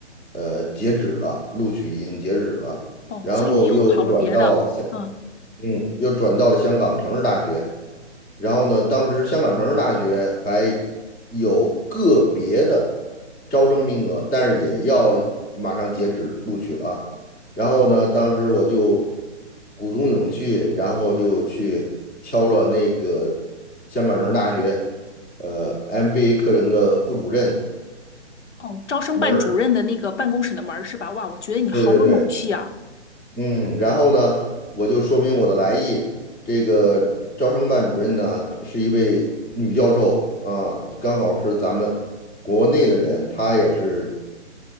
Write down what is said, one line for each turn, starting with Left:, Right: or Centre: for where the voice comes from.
Centre: 呃截止了，录取已经截止了，
Left: 哦，
Centre: 然后又转到香
Left: 所以你又跑了别的，嗯，
Centre: 嗯，又转到了香港城市大学。然后呢，当时香港城市大学还有个别的招生名额，但是也要马上截止录取了啊然后呢，当时我就鼓足勇气，然后就去敲了那个香港城市大学呃 MBA 课程的副主任
Left: 哦，招生办主任的那个办公室的门儿是吧？
Centre: 门儿。
Left: 哇，我觉得你好有勇气啊。
Centre: 对对对，嗯，然后呢，我就说明我的来意。这个招生办主任呢，是一位女教授啊，刚好是咱们国内的人，她也是